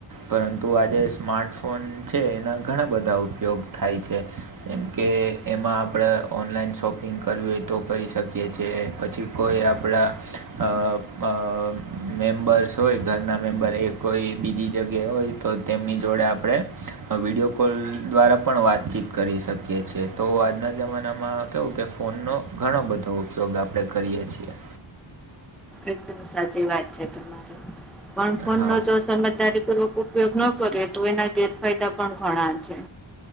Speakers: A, on the right; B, in the centre.
A: પરંતુ આજે સ્માર્ટફોન છે એના ઘણા બધા ઉપયોગ થાય છે જેમ કે એમાં આપણે ઓનલાઈન શોપ પિંગ કરવી હોય તો કરી શકીએ છે પછી કોઈ આપળા અ અ મેમ્બર્સ હોય ઘરના મેમ્બર એ કોય બીજી જગ્યાએ હોય તો તેમની જોડે આપડે વિડીયો કોલ દ્વારા પણ વાતચીત કરી શકીએ છીએ તો આજના જમાનામાં કેવું કે ફોનનો ઘણો બધો ઉપયોગ આપણે કરીએ છીએ.
B: એકદમ સાચી વાત છે તમારે પણ ફોન
A: હા
B: નો જો સમજદારીપૂર્વક ઉપયોગ ન કરીએ તો એના ગેરફાયદા પણ ઘણા છે.